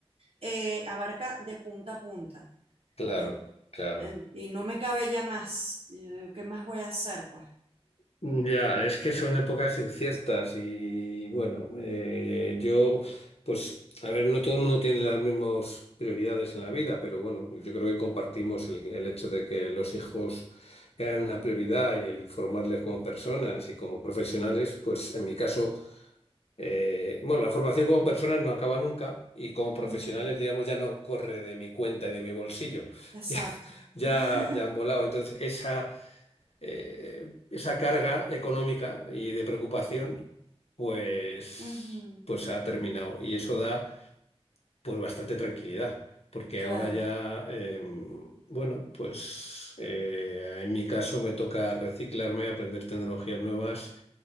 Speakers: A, on the right; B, on the left.
A: eh, abarca de punta a punta.
B: Claro,
A: En-
B: claro.
A: en- y no me cabe ya más. Y yo digo, ¿qué más voy a hacer, pues?
B: Ya, es que son épocas inciertas y bueno, eh, yo, pues, a ver, no todo el mundo tiene las mismas prioridades en la vida, pero bueno, pues yo creo que compartimos el, el hecho de que los hijos eran una prioridad y el formarles como personas y como profesionales, pues en mi caso Eh, bueno, la formación como personas no acaba nunca y como profesionales,
A: Ujú,
B: digamos, ya no corre de mi cuenta y de mi bolsillo. <laughs>
A: Exacto.
B: Ya,
A: <laughs>
B: ya, ya han volado. Entonces, esa, eh, esa carga económica y de preocupación, pues,
A: Ujú,
B: pues ha terminado. Y eso da, pues, bastante tranquilidad. Porque
A: Claro,
B: ahora ya, eh, bueno, pues eh, en mi caso me toca reciclarme, aprender tecnologías nuevas